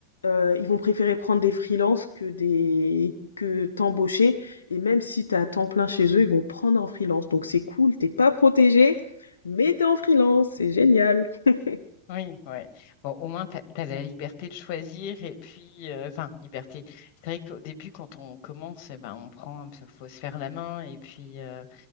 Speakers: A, on the left (about 70°); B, on the left (about 45°).
A: euh, ils vont préférer prendre des freelances que des que t'embaucher et même si t'as à temps plein chez eux ils vont prendre en freelance donc c'est cool, t'es pas protégé mais t'es en freelance, c'est génial. <laughs>
B: Oui, ouais. Bon, au moins, tu as, la liberté de choisir et puis, euh, enfin, liberté. C'est vrai qu'au début, quand on commence, eh ben, on prend, un peu- faut se faire la main et puis, euh,